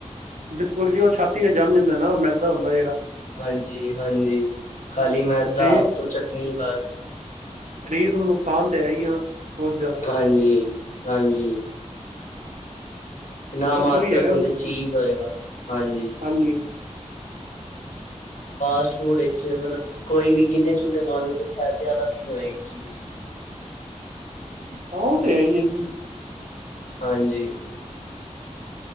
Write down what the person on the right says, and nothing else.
ਬਿਲਕੁਲ ਜੀ ਓ ਛਾਤੀ ਤੇ ਜੰਮ ਜਾਂਦਾ ਨਾ। ਔ ਮੈਦਾ ਹੁੰਦਾ ਜੇੜਾ।
ਸਰੀਰ
ਸਰੀਰ ਨੂੰ ਨੁਕਸਾਨ ਤਾਂ ਹੈ ਈ ਆ ਬੋਤ ਜਾਦਾ।
ਬਸ ਉਹੀ ਹੈਗਾ
ਹਾਂਜੀ।
ਹਾਂ ਓ ਤੇ ਹੈਈ ਏਜੀ।